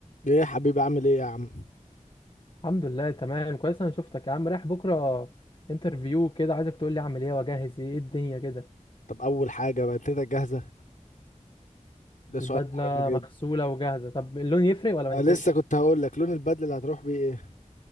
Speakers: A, on the left; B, on the left.
A: ايه يا حبيبي عامل ايه يا عم
B: الحمد لله تمام كويس انا شفتك يا عم رايح بكره انترفيو كده عايزك تقول لي اعمل ايه واجهز ايه إيه الدنيا كده
A: طب اول حاجه بنتك جاهزه ده سؤال
B: البدله
A: مهم جدا
B: مغسوله وجاهزه طب اللون يفرق ولا ما
A: أه
B: يفرقش
A: لسه كنت هقول لك لون البدله اللي هتروح بيه ايه